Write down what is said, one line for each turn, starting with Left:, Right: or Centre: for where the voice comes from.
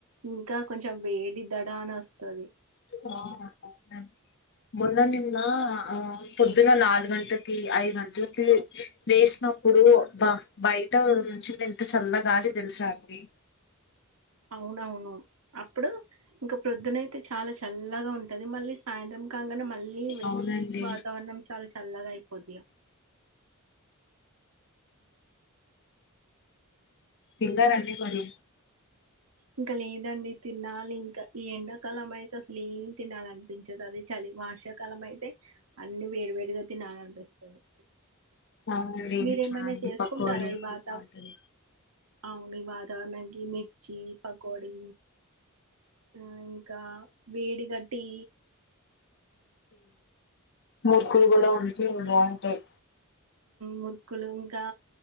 Right: ఇంకా కొంచెం వేడిద్దడా అని వస్తది.
Left: అవునండి నన్ మొన్న నిన్న ఆ పొద్దున నాలుగు గంటలకి, ఐదు గంటలకి వేసినప్పు డు బ బయట నుంచి ఎంత చల్లగాలి తెలిసా అండి
Right: అవునవును అప్పుడు ఇంకా ప్రొద్దునయితే చాలా చల్లగా ఉంటది మళ్ళీ సాయంత్రం కాగానే మళ్ళీ వీడ్
Left: అవునండి
Right: వాతావరణం చాలా చల్లగాయిపోద్ధి గా
Left: తిన్నరా అండి మరి?
Right: ఇంకా లేదండి తినాలి ఇంకా ఈ ఎండాకాలం అయితే అసలు ఏం తినాలి అనిపించదు అదే చలి వార్షాకాలం అయితే అన్ని వేడివేడిగా తినాల అనిపిస్తుంది.
Left: అవునండి
Right: మీరేమైనా
Left: చాయ్
Right: చేసుకుంటారా
Left: పకోడి
Right: ఈ
Left: అప్పుడు
Right: వాత
Left: బాగుంటది
Right: అవుని వాతవరణనికిమిర్చి పకౌడి ఆ ఇంకా వేడికట్టి
Left: ముూర్కులు కూడా ఉంటే భాగంటాయి
Right: మురుకులు ఇంకా